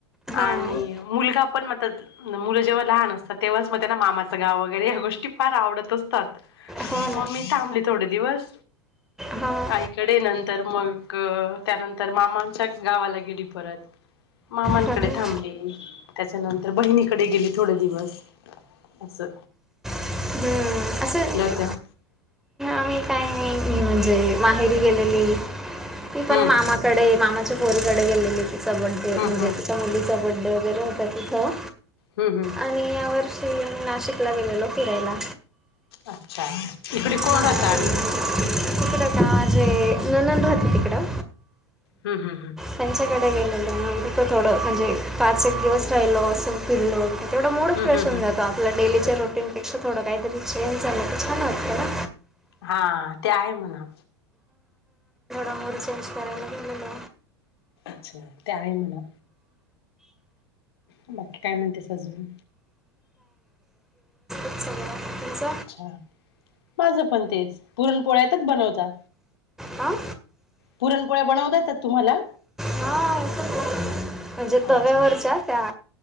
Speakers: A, in the centre; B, on the left.
A: हां
B: आणि मुलगा पण म मुलं जेव्हा लहान असतात, तेव्हाच मग त्याला मामाचं गाव वगैरे ह्या गोष्टी फार आवडतच मग
A: हो
B: मी थांबली थोडे दिवस.
A: हा.
B: आईकडे, नंतर मग त्यानंतर, मामांच्या गावाला गेली परत. मामांकडे
A: हो ना
B: थांबली. त्याच्यानंतर बहिणीकडे गेली थोडे दिवस. असं.
A: हम्म असं
B: त्या-
A: मी काय नाही, मी म्हणजे माहेरी गेलेली, ती पण
B: हम्म
A: मामाकडे मामाच्या पोरीकडे गेलेली तिचा बड्डे,
B: हम्म
A: म्हणजे
B: हम्म
A: तिच्या मुलीचा बड्डे वगैरे होता तिथं.
B: हम्म हम्म.
A: आणि यावर्षी मी, नाशिकला गेलेलो फिरायला.
B: अच्छा. इकडे
A: हां
B: कोण राहत आणि?
A: तिकडं का माझी ननद राहते तिकडं,
B: हम्म हम्म हम्म
A: त्यांच्याकडे गे त थोडं म्हणजे पाच एक दिवस राहिलो, असं फिरलो. तेवडा मुड
B: हम्म
A: फेश
B: हम्म
A: होऊ
B: हम्म
A: जातो आपला, डेली रुटीन पेक्षा थोडं काहीतरी चेंज झालं तर छान वाटत ना.
B: हा. ते आहे म्हणा.
A: ंमूड चेंज करायला गेलेलो.
B: अच्छा. ते आहे म्हणा. बाकी, काय म्हणतेस अजून?
A: सगळ्यांसाठीच.
B: अच्छा माझं पण तेच पुरण पोळ्यातच बनवता.
A: आा.
B: पुरण पोळ्या बनवता येतात तुम्हाला?
A: हा येतात म्हणजे. तव्यावरच्या
B: अच्छा
A: त्या